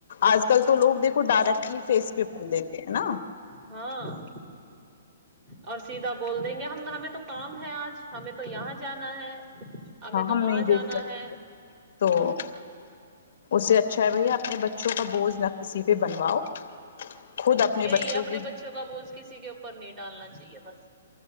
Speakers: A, on the left; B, on the right.
A: آج کل تو لگ دیکھ کو ڈائریکٹلی فیس پہ بول دیتے ہیں نا
B: ہاں اور سیدھا بول دیں گے ہم نہ میں تو کام ہے آج ہمیں تو یہاں جانا ہے ہمیں
A: ہاں
B: تو
A: ہم
B: وہاں
A: نہیں
B: جانا
A: دیکھ سکتے
B: ہے
A: تو اس سے اچھا ہے بھیا اپنے بچوں کا بوجھ نہ کسی پہ بنواؤ خود اپنے
B: یہی ہے اپنے
A: کی
B: بچوں کا بوجھ کسی کے اوپر نہیں ڈالنا چاہیے بس